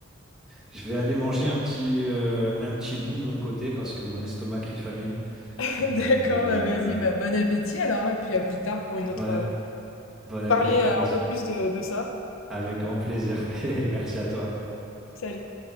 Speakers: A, in the centre; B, on the left.
A: Je vais aller manger
B: OK.
A: un petit, euh, un petit bout de mon côté parce que mon estomac crie famine.
B: <laughs>
A: Donc,
B: D'accord,
A: euh,
B: bah, vas-y, bah, bon appétit alors, et puis à plus tard pour une
A: bon,
B: autre, euh,
A: bon appétit
B: parler,
A: à
B: euh,
A: toi aussi.
B: un peu plus de de ça.
A: Avec grand plaisir. <laughs> Merci à toi.
B: Salut.